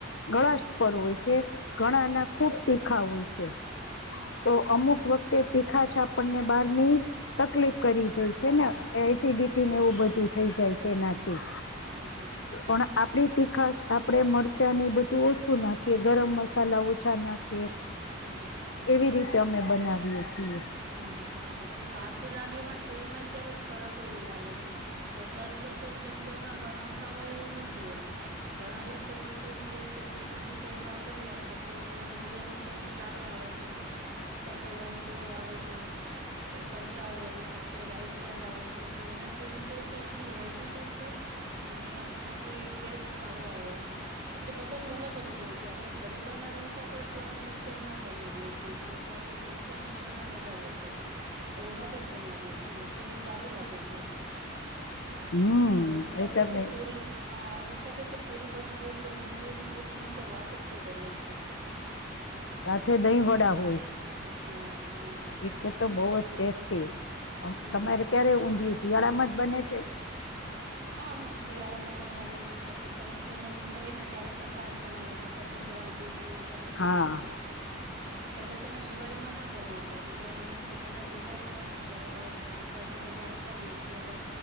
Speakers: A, on the left (about 65°); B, on the right (about 50°).
A: ઘણા સુર હોય છે ઘણાના ખૂબ તીખા હોય છે. તો અમુક વખતે તીખા છે આપણને બહારની તકલીફ કરી જાય છે ને એસિડિટી ને એવું બધું થઈ જાય છે એનાથી
B: હમ્મ હમ્મ.
A: પણ આપણી તીખાશ આપણેે મરચાંની બધું ઓછું નાખીએ ગરમ મસાલા ઓછા નાખીએ
B: હમ્મ-હમ્મ.
A: એવી રીતે અમે બનાવીએ છીએ.
B: હમ્મ-હમ્મ. અને બહારથી લાવી એમાં તેલમાં ક્યારેક ફરક હોય એવું લાગે છે. બધા જ લોકો શિંગ તેલમાં બનાવતા હોય એવું નથી એમ, ઘણા લોકો એમ છે કે છે કે બીજું તેલ વાપરીએ આપણે તો ઊંધિયાનો ટેસ્ટ સારો આવે છે. સફોલાનો પહેલો આવે છે. તો સનફ્લાવર ઓઇલ કે રાઈસ બ્રાન્ડ આવે છે, તો એનાથી એમ કે છે કે ઈ હેલ્ધી પણ છે અને એનાથી ટેસ્ટ સારો આવે છે. એટલે બધા નો અલગ-અલગ હોય છે. આપડે ઘરે બ બનાવીએ તો આપણે પ્યોર સિંગતેલમાં જ બનાવીએ છીએ, કેમ કે આપણે સિંગતેલનું ચલન વધ ધારે છે, તો એનાથી જ બનાવી છીએ તો એ સારું લાગે છે.
A: હમ
B: અને એની સાથે
A: એ તમે
B: તો પૂરી હા એના સાથે તો પૂરી બનાવી એટલે ઊંધીયું ને પૂરીની તો વાત જ કંઈક અલગ છે.
A: સાથે દહીં વડા હોય.
B: હા.
A: એટલે તો બઉ જ ટેસ્ટી. આમ
B: હમ
A: તમારે
B: હમ
A: ક્યારે ઊંધિયું શિયાળામાં જ બને છે?
B: હા અમે શિયાળામાં બનાવીએ, પછી શરદ પૂનમ હોય જે હોયને ત્યારે તો ખાસ બનાવીએ, મકરસંક્રાંતિ છે, શરદપૂનમ
A: હા
B: છે. અહ પેલા તો મેં દિવાળીમાં પણ બનાવતા, દિવાળી માં તે બધા ભેગા થાય ને ત્યારે શાકભાજી એ બધા આવતા જ હોય શિયાળો